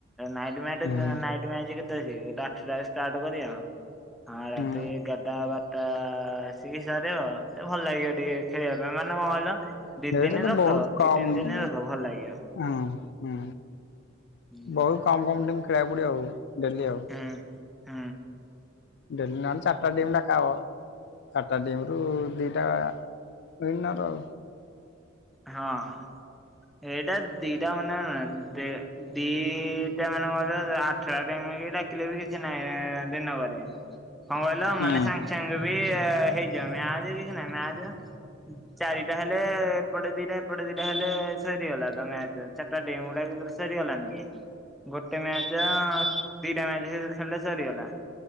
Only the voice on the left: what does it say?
ହୁଁ
ହୁଁ
ଏଇଟା
ତ
ବହୁତ କମ
ହୁଁ
ହୁଁ।
ବହୁତ କମ କମ ଟିମ ଖେଳିବାକୁ ପଡିବ ଆଉ, ଡେଲି ଆଉ।
ଡେଲି ନହେଲେ ଚାରିଟା ଟିମ୍ ଡକାହବ। ଚାରିଟା ଟିମରୁ ଦିଟା ଉଇନର ଆଉ।
ହୁଁ